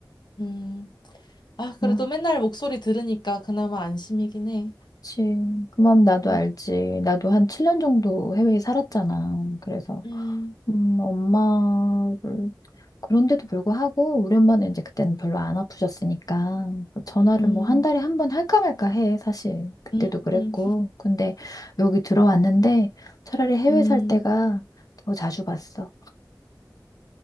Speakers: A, on the left; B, on the left.
A: 음 아
B: 아,
A: 그래도 맨날 목소리 들으니까 그나마 안심이긴 해.
B: 그치. 그 마음 나도
A: 음,
B: 알지. 나도 한 7년 정도 해외에 살았잖아. 그래서.
A: 음,
B: 음, 엄마를 그런데도 불구하고 우리 엄마는 이제 그때는 별로 안 아프셨으니까 그 전화를
A: 음,
B: 뭐 한 달에 한 번 할까 말까 해 사실 그때도
A: 음,
B: 그랬고
A: 음.
B: 근데 여기 들어왔는데 차라리 해외
A: 음.
B: 살 때가 더 자주 봤어.